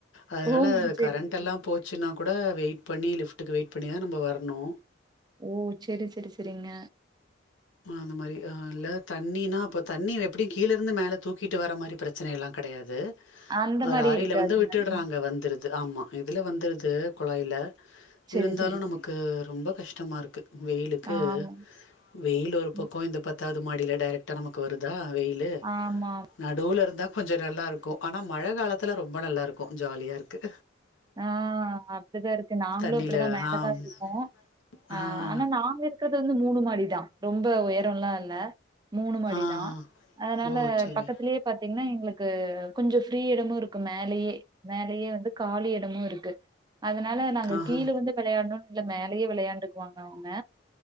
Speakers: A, on the left; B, on the right.
A: அதனால
B: ஓ செரி
A: கரண்டெல்லா
B: செரி
A: போச்சுனா கூட வெயிட் பண்ணி லிப்டக்கு வெயிட் பண்ணி தா நம்ம வரணு
B: ஓ செரி செரி செரிங்க
A: அந்த மாரி இல்ல தண்ணினா அப்ப தண்ணி எப்டியு கீழேருந்து மேலே தூக்கிட்டு வர மாரி பிரச்சனையேல்லா கெடையாது
B: அந்த மாரி
A: லாரில
B: இருக்காதுங்க
A: வந்து விட்டர்றாங்க
B: ம்
A: வந்துருது து ஆமா இதுல வந்துருது குழாய்ல
B: செரி
A: இருந்தாலு
B: செரி
A: நமக்கு
B: செரி
A: ரொம்ப கஷ்ட் கஷ்டமாருக்கு வெயிலுக்கு
B: ஆமா
A: வெயில் ஒரு பக்கோ
B: ம்.
A: இந்த பத் பத்தாவது மாடில டைரக்டா நமக்கு வருதா வெயிலு
B: ஆமா
A: நடுவுலருந்தா கொஞ்சோ நல்லாருக்கோ ஆனா மழ காலத்ல ரொம்ப நல்லாருக்கோ ஜாலியாருக்கு
B: ஆஹ் அப்டிதாருக்கு நாங்களு
A: தண்ணில
B: இப்டிதா மேலதா
A: ஆ எங்க வீடு தான் மேல
B: இருக்கோ ஆஹ்
A: ஆ
B: ஆனா
A: மேல
B: நாங்க இருக்குறது ந்து மூணு மாடிதா ரொம்ப உயரோலா இல்ல மூணு மாடி
A: ஆ
B: தா அதனால
A: மாடி ஓ! சரி.
B: பக்கத்திலேயே பாத்தீங்ன்னா எங்கள க்கு கொஞ்சோ ஃப்ரீ இடமுருக்கு மேலயே மேலயே வந்து காலிய் டமும் இருக்கு அதனால நாங்க
A: ஆஹா
B: கீழே வந்து வெளையாடணுன்னு இல்ல மேலயே வெளயாண்டுக்குவாங்க அவுங்க